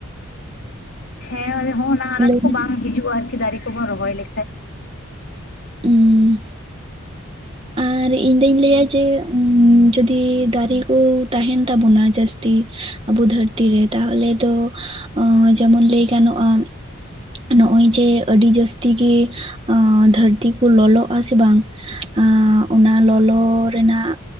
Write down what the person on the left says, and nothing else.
ᱦᱮᱸ, ᱟᱫᱚ ᱦᱚᱸᱜ-ᱚᱱᱟ ᱟᱱᱟᱴ
ᱠᱚ
ᱵᱟᱝ ᱦᱤᱡᱩ ᱟᱨᱠᱤ ᱫᱟᱨᱮ ᱠᱚᱵᱚᱱ ᱨᱚᱦᱚᱭ ᱞᱮᱠᱷᱟᱡ᱾
<inaudible>